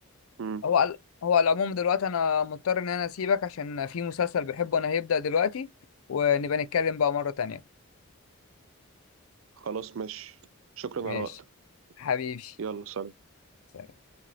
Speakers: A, on the right (about 60°); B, on the left (about 75°).
A: امم
B: هو على هو على العموم دلوقتي انا مضطر ان انا اسيبك عشان في مسلسل بحبه انا هيبدأ دلوقتي ونبقى نتكلم بقى مرة تانية
A: خلاص ماشي شكرا
B: ماشي
A: على وقتك
B: حبيبي
A: يلا سلام
B: سلام.